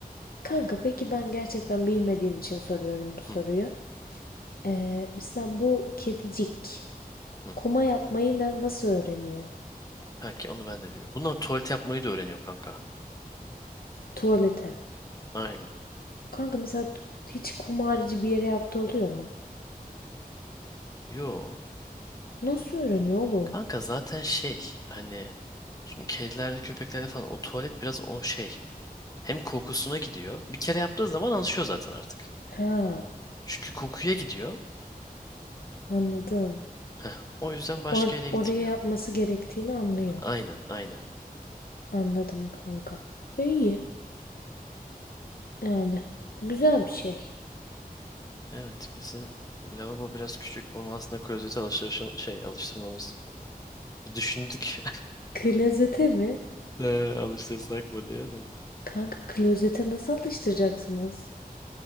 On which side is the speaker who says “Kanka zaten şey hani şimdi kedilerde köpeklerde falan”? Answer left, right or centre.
Left